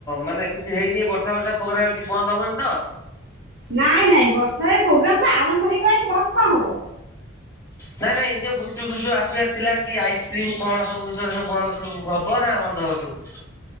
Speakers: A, on the left (about 15°); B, on the right (about 60°).
A: ମାନେ କିଛି ହେଇନି ବର୍ଷା ଫର୍ଷା ପ୍ରୋଗ୍ରାମ କିଛି ବନ୍ଦ ହବନି ତ।
B: ନାଇଁ ନାଇଁ ବର୍ଷାରେ ପ୍ରୋଗ୍ରାମ ପା ଆରମ୍ଭ ହେଇଗଲାଣି ବନ୍ଦ କଣ ହବ।
A: ନାଇଁ ନାଇଁ ଯୋଉ ଗୁପଚୁପ୍ ଫୁପଚୁପ ଆସିବାର ଥିଲା କି ଆଇସ୍କ୍ରିମ କଣ ସବୁ ସବୁ ବନ୍ଦ ସବୁ। ହବ ନା ବନ୍ଦ ହବ ସବୁ?